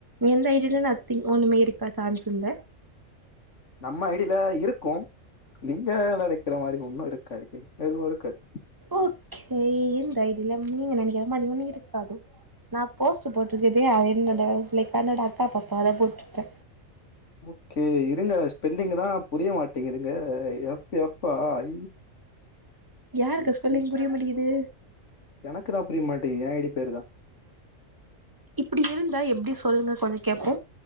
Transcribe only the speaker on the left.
நம்ம ஐ டி ல இருக்கு நீங்க நெனைக்கிற மாரி ஒன்னு இருக்காது எதுவு இருக்காது
ஓகே இருங்க ஸ்பெல்லிங் தா புரிய மாட்டேங்குதுங்க எஃப் எஃப் ஐ
ஐ
சி
எனக்கு தா புரிய மாட்டேங்குது ஏ ஐ டி பேரு தா